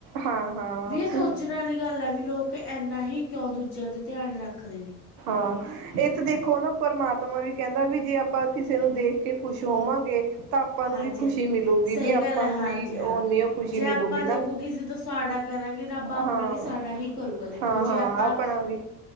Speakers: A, on the right (about 55°); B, on the left (about 85°).
A: ਹਾਂ ਹਾਂ
B: ਵੀ ਇਹ ਸੋਚਣ ਵਾਲੀ ਗੱਲ ਹੈ। ਵੀ ਲੋਕ ਇੰਨਾ ਹੀ। ਕਿਉਂ ਦੂਜਿਆਂ ਤੇ ਧਿਆਨ ਰੱਖਦੇ ਨੇ।
A: ਹਾਂ। ਇਹ ਤੇ ਦੇਖੋ ਨਾ, ਪਰਮਾਤਮਾ ਵੀ ਕਹਿੰਦਾ! ਵੀ ਜੇ ਆਪਾਂ ਕਿਸੇ ਨੂੰ ਦੇਖ ਕੇ ਖੁਸ਼ ਹੋਵਾਂਗੇ। ਤਾਂ ਆਪਾਂ ਨੂੰ
B: ਹਾਂਜੀ
A: ਵੀ ਖੁਸ਼ੀ
B: ਹਾਂ
A: ਮਿਲੂਗੀ।
B: ਸਹੀ
A: ਵੀ
B: ਗੱਲ
A: ਆਪਾਂ
B: ਹੈ
A: ਨੂੰ
B: ਹਾਂਜੀ
A: ਵੀ,
B: ਹਾਂ
A: ਓਨੀ ਖੁਸ਼ੀ
B: ਜੇ ਆਪਾਂ
A: ਮਿਲੂਗੀ
B: ਦੇਖੋ
A: ਨਾ।
B: ਕਿਸੇ ਤੋਂ ਸਾੜਾ ਕਰਾਂਗੇ। ਰੱਬ ਆਪਣਾ
A: ਹਾਂ
B: ਵੀ ਸਾਡਾ ਹੀ ਕਰੂਗਾ। ਦੇਖੋ
A: ਹਾਂ
B: ਜੇ
A: ਹਾਂ
B: ਆਪਾਂ
A: ਆਪਣਾ ਵੀ